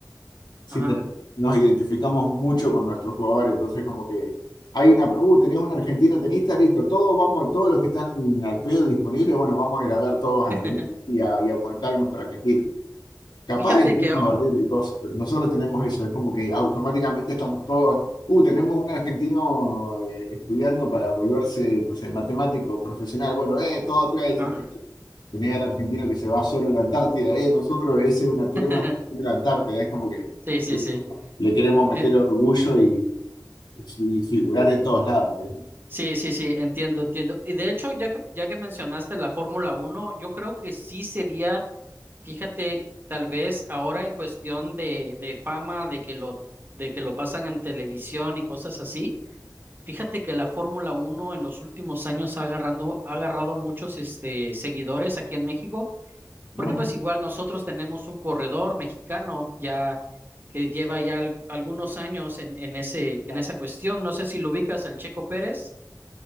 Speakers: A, on the left; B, on the right.
A: sí
B: Ajá.
A: ten- nos identificamos mucho con nuestros jugadores, entonces como que hay una, uh, tenés un argentino tenista, listo, todos vamos, todos los que están al pedo disponibles, bueno, vamos a ir a ver todos al
B: <laughs>
A: tenista y, a- y aguantar a nuestro argentino. Capaz
B: Fíjate
A: el tipo
B: que. a-
A: nos ordena y cosas, pero nosotros tenemos eso, es como que automáticamente estamos todos, uh, tenemos un argentino eh, estudiando para volverse, no sé, matemático profesional, bueno, eh, todo trae
B: Ajá.
A: esa Tener al argentino que se va solo a la Antártida, eh, nosotros ese es una tremenda
B: <laughs>
A: en la Antártida, es como que
B: Sí, sí, sí.
A: le queremos meter
B: Eh,
A: orgullo y, y- y figurar en todos lados. eh.
B: sí, sí, sí, entiendo, entiendo. Y de hecho, ya que, ya que mencionaste la Fórmula Uno, yo creo que sí sería, fíjate, tal vez ahora en cuestión de, de fama, de que lo, de que lo pasan en televisión y cosas así. Fíjate que la Fórmula Uno en los últimos años ha agarrando, ha agarrado muchos este, seguidores aquí en México, porque
A: No,
B: pues igual nosotros tenemos un corredor mexicano ya que lleva ya al- algunos años en, en ese, en
A: no,
B: esa cuestión. No sé si lo ubicas al Checo Pérez.